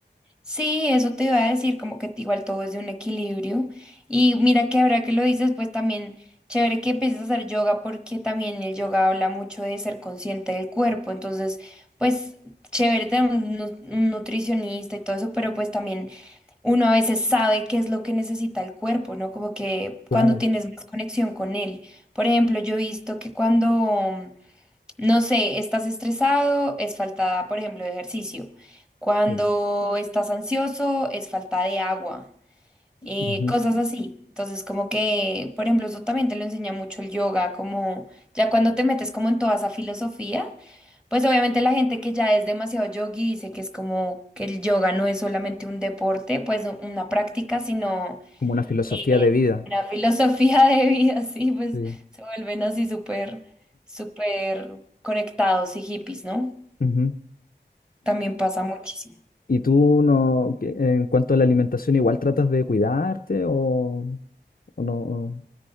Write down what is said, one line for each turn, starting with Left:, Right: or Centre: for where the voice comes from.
Centre: Sí, eso te iba a decir, como que igual todo es de un equilibrio. Y mira que ahora que lo dices, pues también chévere que empieces a hacer yoga porque también el yoga habla mucho de ser consciente del cuerpo. Entonces, pues chévere tener un, nu- un nutricionista y todo eso, pero pues también uno a veces sabe qué es lo que necesita el cuerpo, ¿no? Como que
Left: Claro.
Centre: cuando tienes más conexión con él. Por ejemplo, yo he visto que cuando No sé, estás estresado, es falta, por ejemplo, de ejercicio. Cuando
Left: sí.
Centre: estás ansioso, es falta de agua. eh,
Left: Ujú.
Centre: cosas así. Entonces, como que, por ejemplo, eso también te lo enseña mucho el yoga, como ya cuando te metes como en toda esa filosofía, pues obviamente la gente que ya es demasiado yogi dice que es como que el yoga no es solamente un deporte, pues u- una práctica, sino
Left: Como una filosofía
Centre: eh,
Left: de vida.
Centre: una filosofía de vida, <laughs> sí, pues
Left: Sí.
Centre: se vuelven así súper, súper conectados y hippies, ¿no?
Left: Ujú.
Centre: También pasa muchísimo.
Left: ¿Y tú no, que- en cuanto a la alimentación, igual tratas de cuidarte o, o no? o-